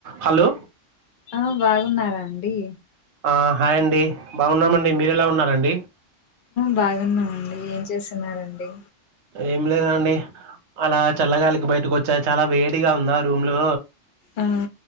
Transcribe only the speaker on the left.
ఆ బాగు ఉన్నారంండి
బాగున్నామండి ఏం చేస్తున్నండి
ఆ